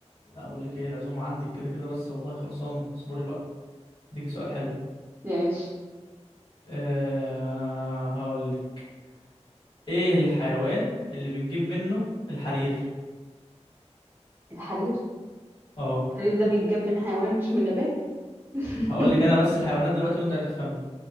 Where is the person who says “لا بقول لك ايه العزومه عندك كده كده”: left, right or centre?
Left